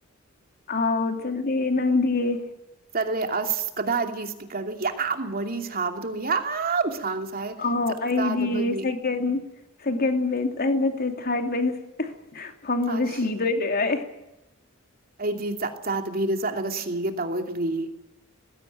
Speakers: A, on the left (about 45°); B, on the right (about 45°).
A: ꯑꯥꯎ ꯆꯜ ꯅꯪꯗꯤꯌꯦꯦ
B: ꯆꯠꯂꯦ ꯑꯁ ꯀꯗꯥꯏꯗꯒꯤ ꯏꯁꯄꯤꯀꯔꯗꯨꯣ ꯌꯥꯝ ꯋꯥꯔꯤ ꯁꯥꯕꯗꯨꯣ ꯌꯥꯝ ꯁꯥꯡ ꯁꯥꯏ
A: ꯑ
B: ꯆꯥꯛ
A: ꯑꯩꯗꯤ
B: ꯆꯥꯗꯕꯒꯤ
A: ꯁꯦꯀꯦꯟ ꯁꯦꯀ ꯊꯥꯔ ꯗꯠ ꯃꯤꯟꯁ ꯐꯝꯃꯒ
B: ꯑꯁ
A: ꯁꯤꯗꯣꯏꯔ ꯌꯥ
B: ꯑꯩꯗꯤ ꯆꯞ ꯆꯥꯗꯕꯤꯗ ꯆꯠꯂꯒ ꯁꯤꯒꯦ ꯇꯧꯋꯦ ꯀꯔꯤ